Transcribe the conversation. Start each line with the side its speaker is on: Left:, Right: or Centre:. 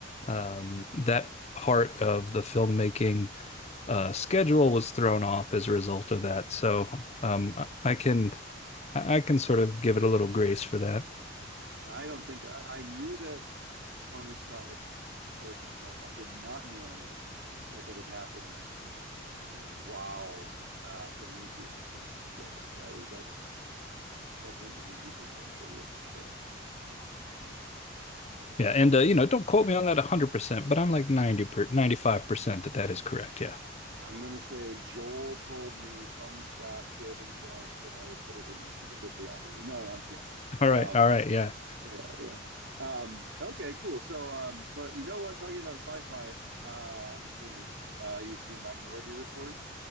Left: um, that part of the filmmaking uh, schedule was thrown off as a result of that. So um, I- can I can sort of give it a little grace for that.
Right: I don't think I, I knew that Tony Scott had killed himself. I did not know that that had happened while uh, Prometheus was being put together. That is that's that's an interesting piece of film trivia for sure.
Left: Yeah, and uh, you know, don't quote me on that 100%, but I'm like 90 per, 95% that that is correct. Yeah.
Right: I'm gonna say Joel told me Tony Scott killed himself, and I will put it in the bibliography. No, um, yeah,
Left: All
Right: um,
Left: right. All right. Yeah.
Right: yeah, yeah. Um, okay, cool. So, um, but you know what? Talking about sci-fi, uh, I'm assuming uh, you've seen Minority Report.